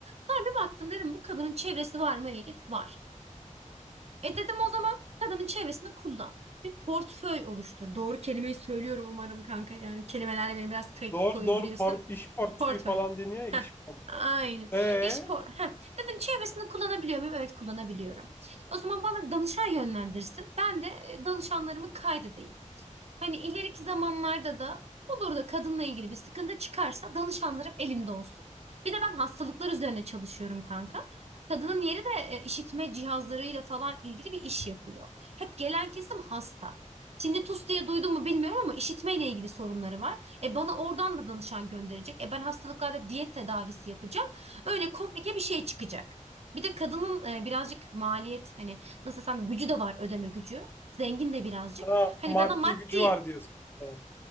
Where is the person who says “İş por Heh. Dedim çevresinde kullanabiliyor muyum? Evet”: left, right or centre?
Right